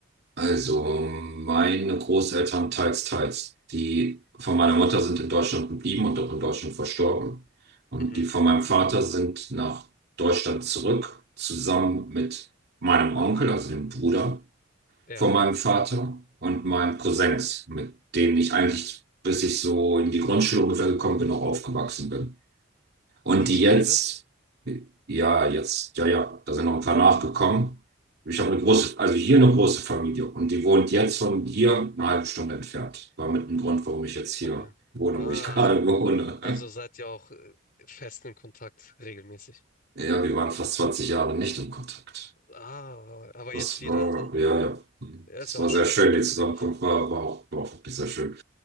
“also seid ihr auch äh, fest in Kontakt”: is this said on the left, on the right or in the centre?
Left